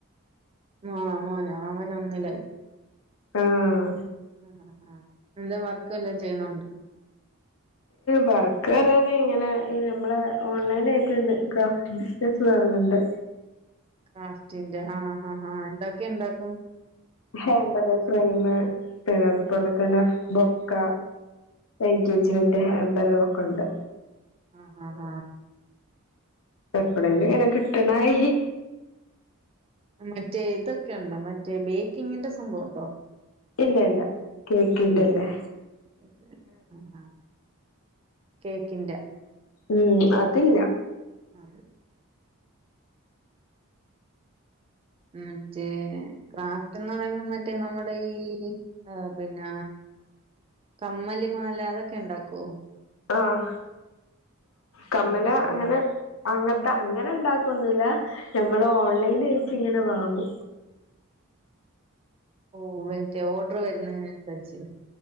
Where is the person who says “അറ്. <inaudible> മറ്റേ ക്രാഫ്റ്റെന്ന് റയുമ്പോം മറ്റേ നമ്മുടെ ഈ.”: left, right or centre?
Right